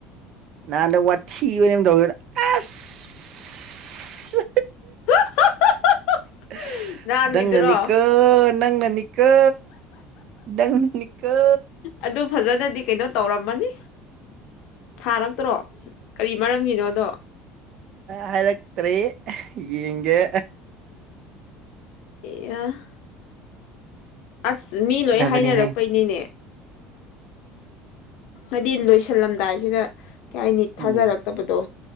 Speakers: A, on the right (about 55°); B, on the left (about 70°).
A: ꯅꯍꯥꯟꯗꯣ ꯋꯥꯊꯤ ꯋꯔꯦꯝ ꯇꯧꯋꯦꯗ ꯑꯁ
B: <inaudible>
A: ꯎ <unintelligible>
B: ꯅꯍꯥꯟꯒꯤꯗꯨꯔꯣ
A: ꯅꯪꯅꯅꯤꯀꯣ ꯅꯪꯅꯅꯤꯀꯣ ꯅꯪꯅꯅꯤꯀꯣ
B: ꯑꯗꯨ ꯐꯖꯅꯗꯤ ꯀꯩꯅꯣ ꯇꯧꯔꯝꯃꯅꯤ ꯊꯥꯔꯛꯇ꯭ꯔꯣ ꯀꯔꯤ ꯃꯔꯝꯒꯤꯅꯣꯗꯣ
A: ꯍꯥꯏꯔꯛꯇ꯭ꯔꯦ ꯌꯦꯡꯒꯦ
B: ꯑꯦ <unintelligible> ꯑꯁ ꯃꯤ ꯂꯣꯏ
A: ꯗꯕꯅꯤꯍꯦ
B: ꯍꯥꯏꯅꯔꯛꯄꯩꯅꯤꯅꯦ ꯍꯥꯏꯗꯤ ꯂꯣꯏꯁꯤꯜꯂꯝꯗꯥꯏꯁꯤꯗ ꯀꯩ ꯍꯥꯏꯅꯤ
A: ꯎꯝ
B: ꯊꯥꯖꯔꯛ ꯐꯠꯇꯕꯗꯣ